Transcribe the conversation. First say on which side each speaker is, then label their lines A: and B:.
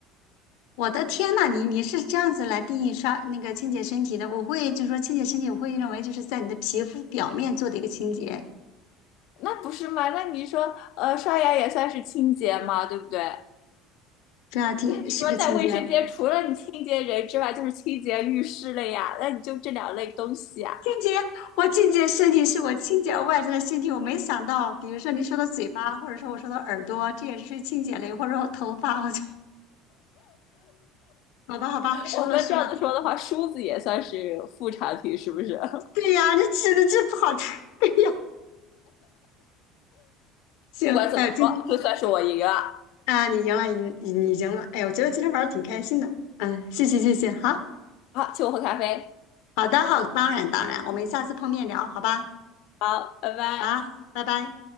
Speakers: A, on the left; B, on the left.
A: 我的天呐，你你是这样子来定义刷那个清洁身体的？我会就是说清洁身体，我会认为就是在你的皮肤表面做的一个清洁，
B: 那不是吗？那你说，呃，刷牙也算是清洁吗？对不对？
A: 这道题是个清洁。
B: 那你说在卫生间，除了你清洁人之外，就是清洁浴室了呀？那你就这两类东西啊。
A: 清洁，我清洁身体是我清洁外在的身体，我没想到，比如说你说的嘴巴，或者说我说的耳朵，这也是清洁类，或者我头发，我就好吧好吧，输了输了。
B: 我们这样子说的话，梳子也算是副产品，是不是？<laughs>
A: 对呀，这吃的这不好吃。<laughs> 哎呀，行，
B: 不管怎么说，
A: 哎，今天
B: 就算是我赢了。
A: 啊，你赢了，你你你赢了。哎，我觉得今天玩的挺开心的。嗯，谢谢谢谢，好
B: 好，请我喝咖啡。
A: 好的好，当然当然，我们下次碰面聊，好吧？
B: 好，拜拜。
A: 好，拜拜。